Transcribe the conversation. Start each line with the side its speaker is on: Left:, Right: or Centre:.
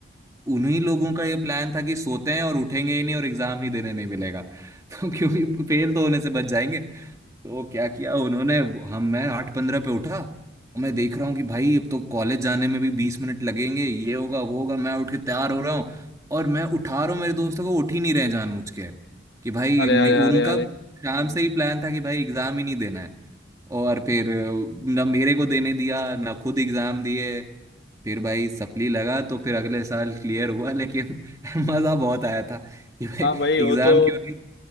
Right: उन्हीं लोगों का ये प्लान था कि सोते हैं और उठेंगे ही नहीं और एग्जाम ही देने नहीं मिलेगा <laughs> तो क्योंकि फेल तो होने से बच जाएंगे तो क्या किया उन्होंने हम मैं आठ पंद्रह पे उठा और मैं देख रहा हूँ कि भाई अब तो कॉलेज जाने में भी बीस मिनट लगेंगे ये होगा वो होगा मैं उठ के तैयार हो रहा हूँ और मैं उठा रहा हूँ मेरे दोस्तों को उठ ही नहीं रहे जानबूझ के कि भाई
Left: अरे
Right: मे-
Left: अरे
Right: उनका
Left: अरे अरे
Right: शाम से ही प्लान था कि भाई एग्जाम ही नहीं देना है और फिर अ, ना मेरे को देने दिया ना खुद एग्जाम दिए फिर भाई सप्ली लगा तो फिर अगले साल क्लियर हुआ लेकिन <laughs> मजा बहुत आया था कि भाई
Left: हाँ भाई वो
Right: एग्जाम
Left: तो
Right: क्यों नहीं